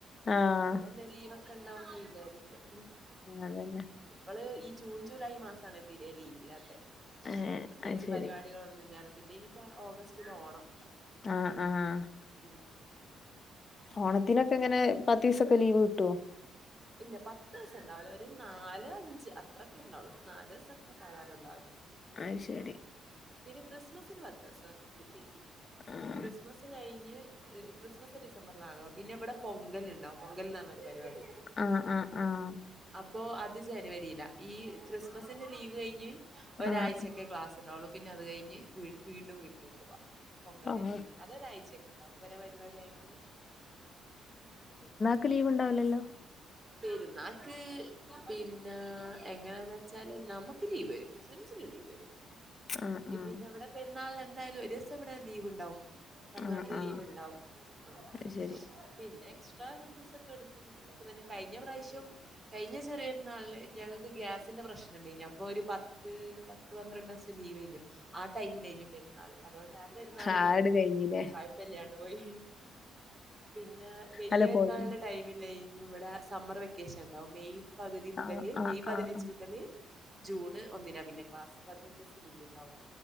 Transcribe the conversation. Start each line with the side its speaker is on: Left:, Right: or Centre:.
Left: ആഹ്
Right: അപ്പൊ തന്നെ ലീവൊക്കെ ഉണ്ടാവുന്ന് വിചാരിക്കും
Left: അതന്നെ
Right: ഇപ്പള് ഈ ജൂൺ ജൂലൈ മാസണ് തിരെ ലീവില്ലാത്തെ
Left: ഏഹ്
Right: പ്രത്യേകിച്ച്
Left: അത് ശരി.
Right: പരിപാടികളൊന്നുല്ലാലോ പിന്നെ ഇനിയിപ്പോ ഓഗസ്റ്റില ഓണം
Left: ആഹ് ആഹ്
Right: ഉമ്
Left: ഓണത്തിനൊക്കെ എങ്ങനെ പത്തീസൊക്കെ ലീവ് കിട്ടോ
Right: ഇല്ല പത്ത്സം ഉണ്ടാവുല ഒരു നാല് അഞ്ച് അ ത്രൊക്കെ ഉണ്ടാവുള്ളു നാല് ദിവസൊക്കെ സാധാരണ ഉണ്ടാവല്
Left: അഹ് ശരി
Right: ഉമ് പിന്നെ ക്രിസ്മസിന് പത്ത് ദിവസം കിട്ടിക്ക്
Left: ആഹ്
Right: ക്രിസ്മസ് കഴിഞ്ഞ് ക്രിസ്മസ് ഡിസംബറിലാണല്ലോ പിന്നെ ഇവിടെ പൊങ്കലുണ്ടാവും പൊങ്കൽ ന്ന് പറഞ്ഞൊരു പരിപാടി
Left: ആഹ് ആഹ് ആഹ്
Right: പ്പോ അത് ജനുവരീല ഈ ക്രിസ്മസിന്റെ ലീവഴിഞ്ഞ് ഒരാഴ്ചക്കെ
Left: ആഹ്
Right: ക്ലാസ് ഇണ്ടാവുള്ളു പിന്നെ അത് കഴിഞ് വീട് വീണ്ടും വീട്ടിലേക്കവാം പൊങ്കല്ലെ
Left: ആഹ്
Right: ലീവിന് അതൊരാഴ്ചക്കെ ഇണ്ടാവും ഇവരെ പരിവാടി ആയോണ്ട് മ്
Left: ക്ക് ലീവ് ഇണ്ടാവുലല്ലോ
Right: പെരുന്നാക്ക് പിന്നെ എങ്ങനാന്ന് വെച്ചാല് നമക്ക് ലീവരും റൈഞ്ചിനേണ്ടി വരും
Left: ആഹ് ആഹ്
Right: പിന്നെ ഇവ്ടെ പെരുന്നാള്ൻ എന്തായാലും ഒരുസം ഇവടെ ലീവ് ഇണ്ടാവും തമ്നാട്ടിൽ
Left: ആഹ് ആഹ്
Right: ലീവ് ഇണ്ടാവും ആഹ്
Left: അത് ശരി
Right: പിന്നെ എക്സ്ട്രാ രണ്ടിസൊക്കെ എട്ക്കും അങ്ങനക്കെ തന്നെ കഴിഞ്ഞ പ്രാവ്ശ്യം കഴിഞ്ഞ ചെറിയ പെര്ന്നാള്ൻ ഞങ്ങൾക്ക് ഗ്യാസിന്റെ പ്രശ്ന ഇണ്ടെനീ അപ്പോ ഒരു പത്ത ത് പത്ത് പന്ത്രണ്ടിസം ലീവഴിഞ്ഞു ആഹ് ടൈമിലേയിനു പെരുന്നാള് അതോണ്ട് ആ പെരുന്നാള്
Left: ആട്
Right: നോമ്പും
Left: കഴിഞ്ഞില്ലേ
Right: കൊഴപ്പല്ലാണ്ട് പോയി പിന്നെ വല്ല്യ
Left: അല്ല
Right: പെര്ന്നാള്ണ്ടെ
Left: പോയി
Right: ടൈമില്ലയ് ഇവ്ടെ സമ്മർ വെക്കേഷൻണ്ടാവും മെയ് പകുതി മുതല്
Left: ആഹ് ആഹ്
Right: മെയ് പതിനഞ്ച്
Left: ആഹ്
Right: മുതല് ജൂണ് ഒന്നിനാ പിന്നെ ക്ലാസ് പതിനഞ്ചിസം ലീവ് ണ്ടാവും